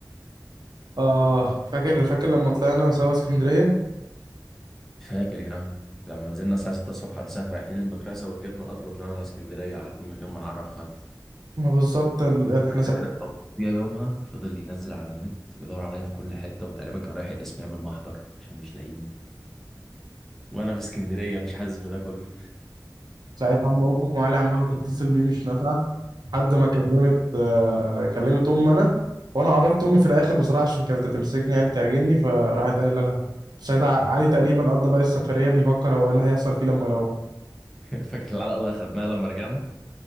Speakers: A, on the right (about 65°); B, in the centre.
A: اه فاكر فاكر لما طلعنا سوا اسكندريه
B: فاكر يا عم لما نزلنا الساعة 6 الصبح على الساعة رايحين المدرسة وركبنا القطر وطلعنا على اسكندرية على طول من غير ما نعرف حد
A: ما بالظبط ال- ال- احنا
B: فاكر يا يومها فضل ينزل على النت ويدور عليا في كل حتة وتقريبا كان رايح القسم يعمل محضر عشان مش لاقيني وأنا في اسكندرية مش حاسس بده كله
A: ساعتها أم- أم علي عمالة تتصل بيه مش نافعة لحد ما كلمت آه، كلمت أم أنا وأنا عرفت أمي في الآخر بصراحة عشان كانت هتمسكني يعني تعجني فراحت قايلة لها ساعتها علي تقريبا قضى بقى السفرية بيفكر هو إيه اللي هيحصل فيه لما يروح
B: <laughs> فاكر العلقة اللي أخدناها لما رجعنا